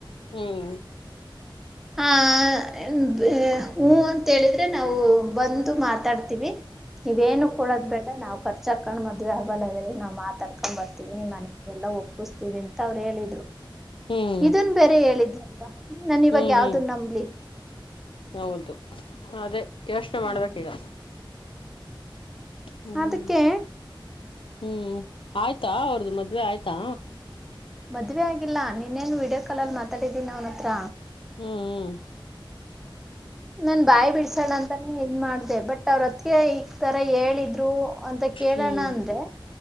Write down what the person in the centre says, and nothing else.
ಹಾ ಹ್ಞೂಂ ಅಂತ ಹೇಳಿದ್ರೆ ನಾವು ಬಂದು ಮಾತಾಡ್ತೀವಿ. ನೀವೇನು ಕೊಡೋದ್ ಬೇಡ ನಾವು ಖರ್ಚು ಹಾಕೊಂಡ್ ಮದ್ವೆ ಆಗಲ್ಲಾಗೀವ್ರೀ ನಾವ್ ಮಾತಾಡ್ಕೊಂಡ್ ಬರ್ತೀವಿ ನಿಮ್ಮ್ ಮನ್ ಲ್ಲ ಒಪ್ಪಿಸ್ತೀವಿ ಅಂತ ಅವ್ರು ಹೇಳಿದ್ರು
ಇದನ್ ಬೇರೆ ಹೇಳಿದ್ರು ನಾನ್ ಇವಾಗ್
ಯಾವ್ದುನ್
ನಂಬ್ಲಿ
ಹ್ಮ್
ಅದಕ್ಕೆ
ಮದ್ವೆ ಆಗಿಲ್ಲ ನಿನ್ನೇನು ವಿಡಿಯೋ ಕಾಲಲ್ಲಿ ಮಾತಾಡಿದೀನಿ ಅವನ ಹತ್ರ.
ನನ್ ಬಾಯಿ ಬಿಡ್ಸೋಣ ಅಂತಾನೇ ಇದನ್ ಮಾಡ್ದ ಬಟ್ ಅವ್ರತ್ಗೆ ಈ ತರ ಹೇಳಿದ್ರು ಅಂತ ಕೇಳೋಣ
ಅಂದ್ರೆ